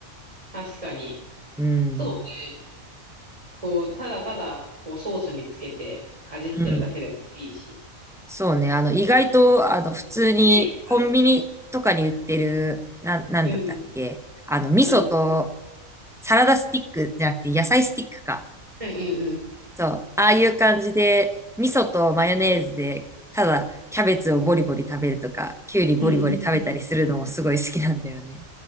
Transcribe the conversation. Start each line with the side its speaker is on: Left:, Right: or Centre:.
Right: 確かに。
Centre: うん。
Right: そうね。こう、ただただ、こう、ソースにつけて、かじってるだけでもいいし。
Centre: うん。そうね。あの意外とあの普通にコンビニとかに売ってる、
Right: ね
Centre: な、なんだったっけ。
Right: えうん。
Centre: あの味噌と
Right: 体だった。
Centre: サラダスティックじゃなくて野菜スティックか。
Right: うんうん
Centre: そう。ああいう感じで味噌とマヨネーズでただキャベツをボリボリ食べるとか、キュウリボリボリ食べたりするのもすごい好きなんだよね。
Right: うん。うんうんうん。